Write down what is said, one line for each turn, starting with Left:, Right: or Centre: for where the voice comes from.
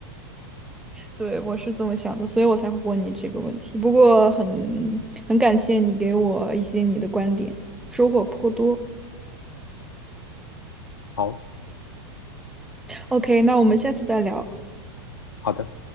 Centre: 对，我是这么想的，所以我才会问你这个问题。不过很很感谢你给我一些你的观点，收获颇多。
Left: 好，
Centre: OK，那我们下次再聊。
Left: 好的。